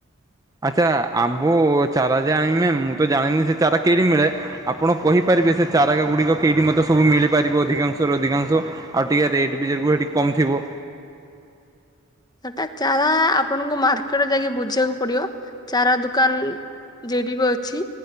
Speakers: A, on the right; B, on the left.
A: ଆଚ୍ଛା ଆମ୍ବୁ ଚାରା ଯେ ଆଣିମେ ମୁଁ ତ ଜାଣିନି ଯେ ଚାରା କେଠି ମିଳେ। ଆପଣ କହିପାରିବେ ସେ ଚାରାଗ ଗୁଡ଼ିକ କେହିଠି ମୋତେ ସବୁ ମିଳିପାରିବ ଅଧିକାଂଶରୁ ଅଧିକାଂଶ। ଆଉ ଟିଏ ରେଟ୍ <unintelligible> କମ୍ ଥିବୁ।
B: ସେଟା ଚାରା ଆପଣଙ୍କୁ ମାର୍କେଟ ଯାଇକି ବୁଝିବାକୁ ପଡିବ ଚାରା ଦୁକାନ ଜେଡିବ ଅଛି।